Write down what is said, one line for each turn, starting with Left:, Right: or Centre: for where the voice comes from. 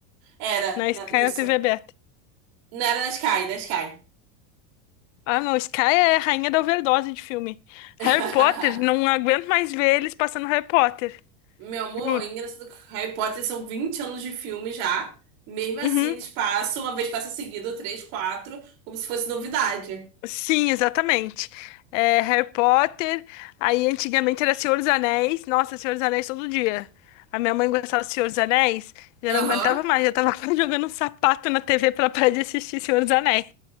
Right: Era,
Left: na
Right: na-
Left: Sky
Right: isso.
Left: na TV aberta.
Right: Não era na Sky, na Sky.
Left: Ah, não, Sky é a rainha da overdose de filme.
Right: <laughs>
Left: Harry Potter, não aguento mais ver eles passando Harry Potter,
Right: Meu amor,
Left: juro.
Right: é engraçado que Harry Potter são 20 anos de filme já. Mesmo assim,
Left: Uhum.
Right: eles passam, uma vez passa seguido, três, quatro, como se fosse novidade.
Left: Sim, exatamente. É, Harry Potter, aí antigamente era Senhor dos Anéis. Nossa, Senhor dos Anéis todo dia. A minha mãe gostava do Senhor dos Anéis, já
Right: Aham.
Left: não aguentava mais, já tava <laughs> quase jogando um sapato na TV pra parar de assistir Senhor dos Anéis.